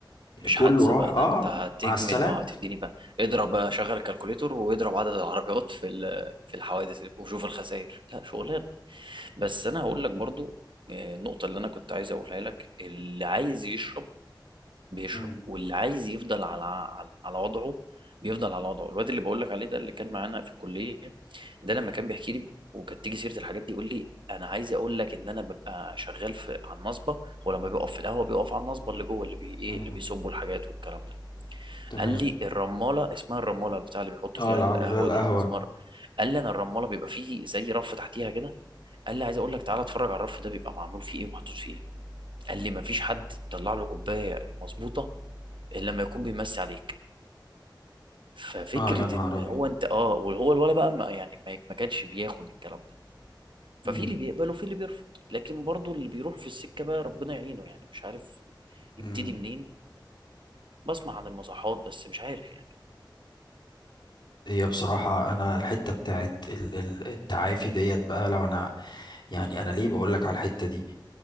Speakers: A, on the left; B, on the right.
A: يعني
B: مش
A: كله
B: حادثه
A: راح
B: بقى ده
A: اه
B: انت هتجمل
A: مع السلامة
B: اه هتديني بقى اضرب بقى شغل الكالكوليتور واضرب عدد العربيات في ال- في الحوادث وشوف الخسائر لا شغلانه بس انا هقول لك برضو آه، النقطه اللي انا كنت عايز اقولها لك اللي عايز يشرب بيشرب
A: مم،
B: واللي عايز يفضل على على على وضعه بيفضل على وضعه الواد اللي بقول لك عليه ده اللي كان معانا في الكليه ده لما كان بيحكي لي وكانت تيجي سيره الحاجات دي يقول لي انا عايز اقول لك ان انا ببقى شغال في على النصبه هو لما بيقف في القهوه بيقف على النصبه اللي جوه اللي بي ايه
A: مم،
B: اللي بيصبوا الحاجات والكلام ده
A: تمام
B: قال لي الرماله اسمها الرماله البتاع اللي بيحطوا
A: اه
B: فيها القهوه
A: اللي فيها القهوة
B: دي اسمها الر- قال لي انا الرماله بيبقى فيه زي رف تحتيها كده قال لي عايز اقول لك تعالى اتفرج على الرف ده بيبقى معمول فيه ايه ومحطوط فيه ايه قال لي مفيش حد بيطلع له كوبايه مظبوطه الا لما يكون بيمسي عليك ففكره
A: اه يا نهار
B: ان
A: ابيض
B: هو انت اه وهو الولا بقى ما يعني ما ما كانش بياخد الكلام ده ففي
A: امم
B: اللي بيقبل وفي اللي بيرفض لكن برضو اللي بيروح في السكه بقى ربنا يعينه يعني مش عارف يبتدي
A: امم
B: منين بسمع عن المصحات بس مش عارف يعني
A: هي بصراحة أنا الحتة بتاعت ال- ال- التعافي ديت بقى لو أنا يعني أنا ليه بقولك على الحتة دي؟